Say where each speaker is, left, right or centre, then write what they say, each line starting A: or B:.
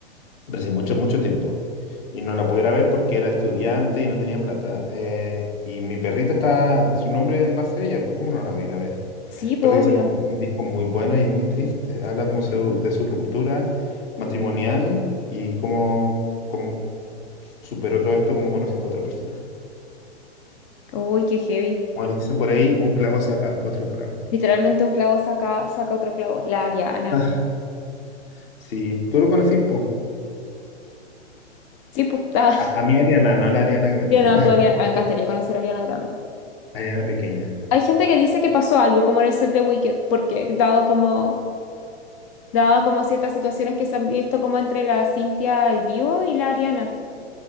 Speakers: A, on the left; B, on the left.
A: pero hace mucho, mucho tiempo. Y no la pudiera ver porque era estudiante y no tenía plata. eh, y mi perrita está, su nombre en base a ella, pues ¿cómo no la voy a ir a ver?
B: Sí, pues,
A: Aparte
B: obvio.
A: que sacó un un disco muy bueno y es muy triste. Habla como su- de su ruptura matrimonial y cómo, cómo superó todo esto como conociendo a otra persona.
B: Uy, qué heavy.
A: Como dicen por ahí, un clavo saca otro clavo.
B: Literalmente un clavo saca, saca otro clavo. La Ariana.
A: <laughs> Sí, tú lo conocí, po.
B: Sí, pues, está.
A: A, a mí Ariana, no a la Ariana
B: <laughs>
A: grande,
B: Yo no,
A: <laughs>
B: tú Ariana. Me encantaría conocer a Ariana Grande.
A: Ariana pequeña.
B: Hay gente que dice que pasó algo como en el set de Wicked, porque dado como dado como ciertas situaciones que se han visto como entre la Cintia al vivo y la Ariana.